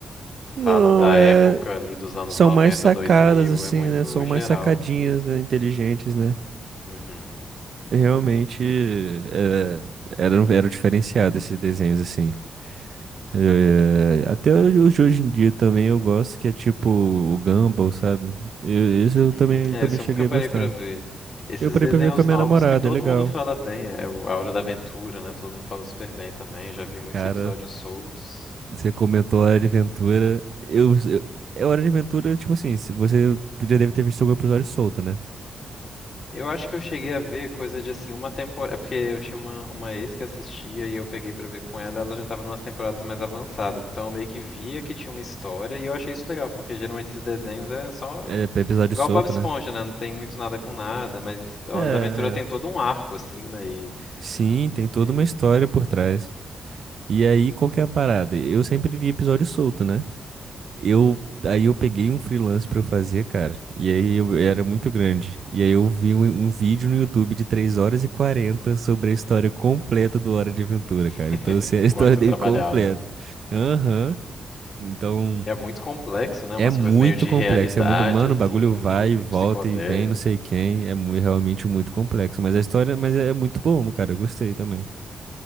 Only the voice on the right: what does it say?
Não,
é.
São
mais sacadas,
assim,
né? São
mais sacadinhas, né? Inteligentes, né?
Realmente é, eram, eram diferenciados esses desenhos, assim. É, até os de hoje em dia também eu gosto, que é tipo o Gumball, sabe? Eu, esse eu
também,
também
cheguei
a gostar.
Eu parei
pra ver com a minha
namorada,
é legal.
Cara,
você comentou Hora de Aventura. Eu, eu, é Hora de Aventura, tipo assim, se você já deve ter visto algum episódio solto, né?
É, episódio
solto,
né?
É,
é.
Sim, tem toda
uma história por trás. E aí, qual que é a parada? Eu sempre vi episódio solto, né? Eu, aí eu peguei um freelance pra eu fazer, cara. E aí eu era muito grande. E aí eu vi um, um vídeo no YouTube de 3 horas e 40 sobre a história completa do Hora de Aventura, cara.
Então eu sei
a <laughs> história
dele
completa. Aham. Então
é
muito
complexo.
É muito, mano,
o bagulho vai
e volta
e vem, não sei quem. É mu- realmente muito complexo. Mas a história, mas é muito bom, cara. Eu gostei também.